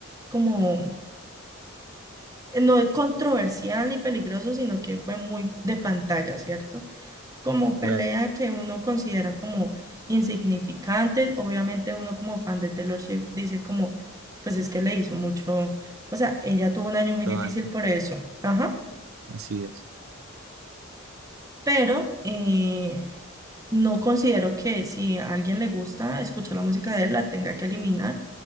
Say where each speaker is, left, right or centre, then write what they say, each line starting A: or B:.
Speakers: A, on the right (about 15°); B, on the right (about 85°).
A: como, no es controversial ni peligroso, sino que fue muy de pantalla, ¿cierto? como pelea
B: Claro,
A: que uno considera como insignificantes. Obviamente uno como fan de Taylor Swift dice como, pues es que le hizo mucho, o sea, ella tuvo un año muy
B: todo
A: difícil
B: daño,
A: por eso, ajá,
B: así es,
A: pero eh, no considero que si a alguien le gusta escuchar la música de él, la tenga que eliminar